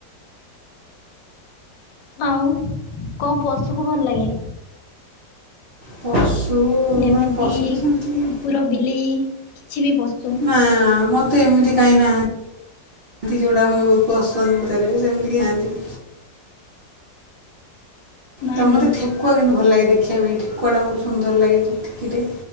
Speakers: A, on the left (about 80°); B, on the right (about 55°).
A: ଆଉ କଣ ପଶୁକୁ ଭଲ ଲାଗେ?
B: ପଶୁ
A: ଯେମିତି
B: ନାଇଁ ପଶୁ ତ ସେମିତି କି
A: କୁକୁର ବିଲେଇ କିଛି ବି ପଶୁ
B: ନା ମତେ ମତେ ଏମିତି କାହିଁ ନାହାନ୍ତି ଯୋଉଟା ମତେ ବହୁତ ପସନ୍ଦ ଭିତରେ ସେମିତି କେହି ନାହାନ୍ତି।
A: ନାହାନ୍ତି
B: ତା ମୋତେ ଠେକୁଆ କିନ୍ତୁ ଭଲ ଲାଗେ ଦେଖିବା ପାଇଁ ଠେକୁଆଟା ବହୁତ ସୁନ୍ଦର ଲାଗେ ଟିକିଟେ।